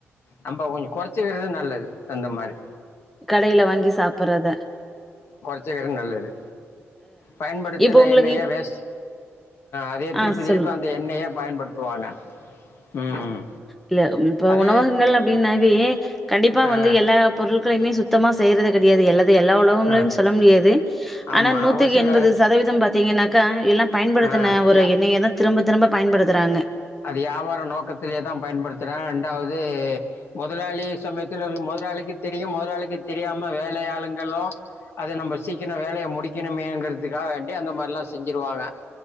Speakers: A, on the left; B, in the centre.
A: நம்ம கொஞ்சம் குறைச்சுக்கிறது நல்லது இந்த மாரி
B: கடையில வாங்கி சாப்பிடுறது
A: <unintelligible> நல்லது பயன்படுத்தின
B: இப்போ உங்களுக்கு
A: எண்ணைய வேஸ் அதே திருப்பி
B: ஆ சொல்லு
A: திருப்பி அந்த எண்ணெயை பயன்படுத்துவாங்க ம்
B: இல்ல இப்ப
A: அது
B: உணவகங்கள் அப்டின்னாவே கண்டிப்பா
A: ஆ
B: வந்து எல்லா பொருட்களையுமே சுத்தமா செய்றது கிடயாது எல்லா எல்லா உலகங்களையும்
A: ஆ
B: சொல்ல முடியாது
A: ஆமாம்
B: ஆனா நூத்திக்கு
A: ஒரு சில
B: எண்பது சதவீதம் பாத்தீங்கன்னா க்கா எல்லா பயன்டுத்தின
A: ஆ
B: ஒரு
A: யா
B: எண்ணைய தா திரும்ப திரும்ப பயன்படுத்துறாங்க
A: அது வியாபார நோக்கத்தில தா பயன்படுத்துறான் ரெண்டாவது முதலாளி சமயத்துல முதலாளிக்கு தெரியும் முதலாளிக்கு தெரியாம வேலையாளுங்களும் அது நம்ம சீக்கணம் வேலையை முடிக்கணமங்கிறதுக்காக வேண்டி அந்த மாரி எல்லா செஞ்சிருவாங்க